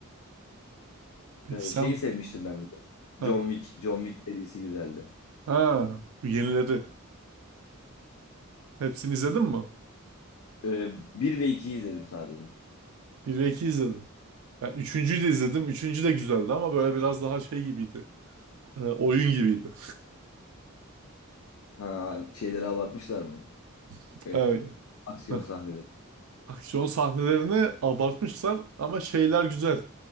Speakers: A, on the right; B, on the left.
A: Peki
B: Ee,
A: sen
B: şeyi sevmiştim ben bir de.
A: ha,
B: John Wick. John Wick serisi güzeldi.
A: ha bu yenileri hepsini izledin mi?
B: Ee, 1 ve 2'yi izledim sadece.
A: Bir ve 2 izledim. Ben 3.'ü de izledim. Üçüncü de güzeldi ama böyle biraz daha şey gibiydi. Ee, oyun gibiydi.
B: Ha, şeyleri abartmışlar mı?
A: <laughs>
B: Ee,
A: Evet.
B: aksiyon
A: Hah.
B: sahneleri.
A: Aksiyon sahnelerini abartmışlar ama şeyler güzel.